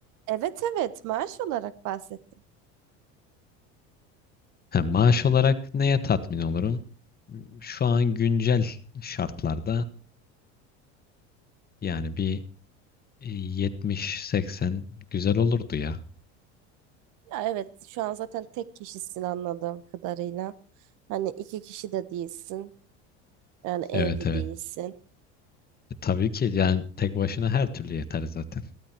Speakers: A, on the right; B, on the left.
A: Evet evet maaş olarak bahsettim.
B: Hem maaş olarak neye tatmin olurum? Şu an güncel şartlarda yani bir 70-80 güzel olurdu ya.
A: Ya evet şu an zaten tek kişisin anladığım kadarıyla. Hani iki kişi de değilsin. Yani evli
B: Evet evet.
A: değilsin.
B: E, tabii ki yani tek başına her türlü yeter zaten.